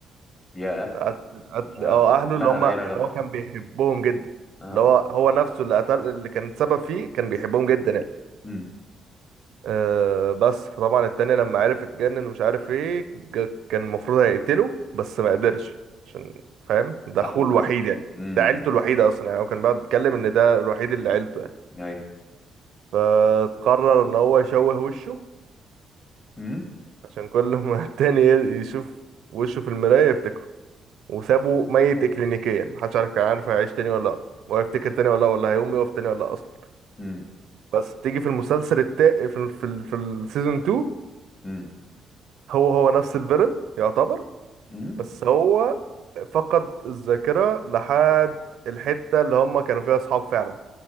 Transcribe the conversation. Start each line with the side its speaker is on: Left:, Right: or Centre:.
Left: يا
Right: قتل قتل
Left: ده
Right: اه
Left: كلها
Right: أهله اللي هم
Left: دايره
Right: اللي
Left: غدر
Right: هو كان بيحبهم جدا
Left: اه
Right: اللي هو هو نفسه اللي قتل اللي كان سبب فيه كان بيحبهم جدا يعني
Left: امم
Right: أه بس فطبعا التاني لما عرف اتجنن ومش عارف ايه ج- كان المفروض هيقتله بس ما قدرش عشان فاهم ده
Left: صاحبه
Right: أخوه الوحيد
Left: كده
Right: يعني
Left: امم
Right: ده عيلته الوحيدة أصلا يعني هو كان بقى بيتكلم إن ده الوحيد اللي عيلته يعني
Left: ايوه
Right: فقرر إن هو يشوه وشه
Left: امم
Right: عشان كل <laughs> ما التاني يشوف وشه في المراية يفتكره وسابه ميت اكلينيكيا محدش عارف كان عارف هيعيش تاني ولا لا وهيفتكر تاني ولا لا ولا هيقوم يقف تاني ولا لا اصلا
Left: امم
Right: بس تيجي في المسلسل التا في ال... في ال... في السيزون 2
Left: امم
Right: هو هو نفس الفيلن يعتبر
Left: امم
Right: بس هو فقد الذاكرة لحد الحتة اللي هم كانوا فيها اصحاب فعلا